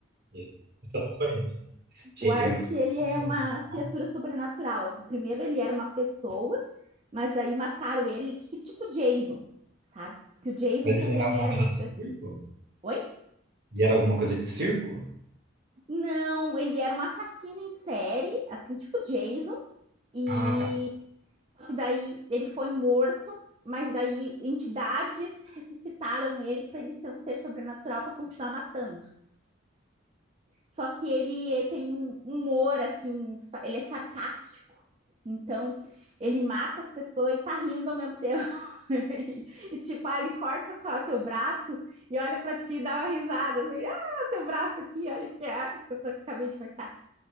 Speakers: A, on the right; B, on the right.
A: Esse esse eu não conheço. Gente,
B: O Art,
A: é muito
B: ele
A: pastelão.
B: é uma criatura
A: Ó.
B: sobrenatural, assim. Primeiro ele era uma pessoa, mas daí mataram ele, tipo, tipo Jason, sabe? Que o Jason
A: Mas
B: também
A: ele era alguma
B: era
A: coisa
B: uma... pe-
A: de circo?
B: Oi?
A: Ele era alguma coisa de circo?
B: Não, ele era um assassino em série, assim, tipo Jason. E
A: Ah, tá.
B: só que daí ele foi morto, mas daí entidades ressuscitaram ele para ele ser um ser sobrenatural para continuar matando. Só que ele tem um humor, assim, ele é sarcástico. Então, ele mata as pessoas e tá rindo ao mesmo tempo. <laughs> e, e, tipo, ah, ele corta tua, teu braço e olha para ti e dá uma risada, assim, ah, teu braço aqui, olha que ah, que eu tô, acabei de cortar.